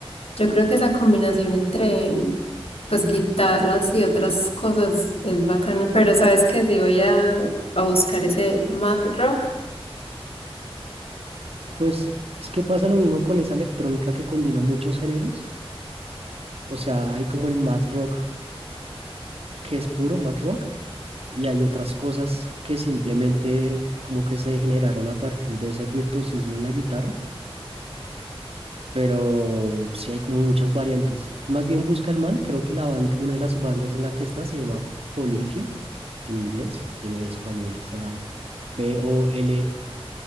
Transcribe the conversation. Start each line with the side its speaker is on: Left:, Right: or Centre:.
Left: Yo creo que esa combinación entre, pues, guitarras y otras cosas es bacana, pero sabes que si voy a, a buscar ese Mad Rock.
Right: Pues es que pasa lo mismo con esa electrónica que combina muchos géneros. O sea, hay como el mad rock que es puro mad rock y hay otras cosas que simplemente como que se generaron a partir de ese virtuosismo en la guitarra, pero sí hay como muchas variantes. Más bien busca el man, creo que la banda, una de las bandas en la que está se llama Polifia en inglés, en español será P-O-L-I